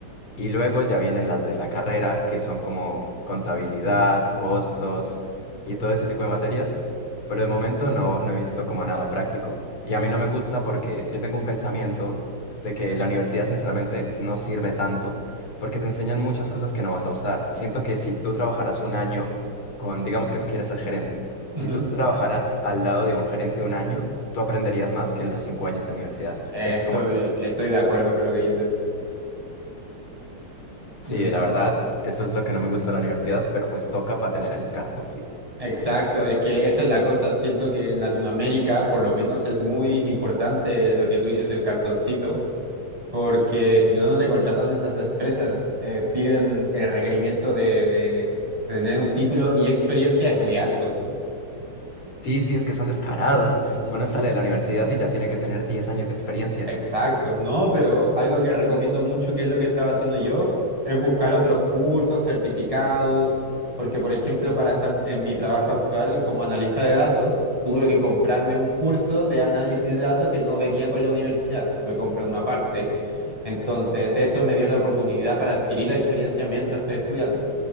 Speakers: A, on the left; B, on the right.
A: Y luego ya vienen las de la carrera, que son como contabilidad, costos y todo ese tipo de materias. Pero de momento no, no he visto como nada práctico. Y a mí no me gusta porque yo tengo un pensamiento de que la universidad sinceramente no sirve tanto porque te enseñan muchas cosas que no vas a usar. Siento que si tú trabajaras un año con, digamos que tú quieres ser gerente,
B: Ujú.
A: si tú trabajaras al lado de un gerente un año, tú aprenderías más que en los cinco años de universidad.
B: Eh,
A: Es
B: estoy,
A: como
B: estoy de acuerdo con lo que dices.
A: Sí,
B: Ujú.
A: la verdad, eso es lo que no me gusta de la universidad, pero pues toca para tener el cartoncito.
B: Exacto, es que esa es la cosa. Siento que en Latinoamérica, por lo menos, es muy importante lo que tú dices, el cartoncito. porque si no, no te contratan en las empresas. eh, piden el requerimiento de, de- de tener un título y experiencia es muy alto.
A: Sí, sí, es que son descarados.
B: Ujú.
A: Uno sale de la universidad y ya tiene que tener 10 años de experiencia.
B: Exacto, no, pero algo que recomiendo mucho, que es lo que estaba haciendo yo, es buscar otros cursos, certificados, porque por ejemplo, para estar en mi trabajo actual como analista de datos, tuve que comprarme un curso de análisis de datos que no venía con la universidad, tuve que comprar una parte. Entonces, eso me dio la oportunidad para adquirir experiencia mientras estoy estudiando.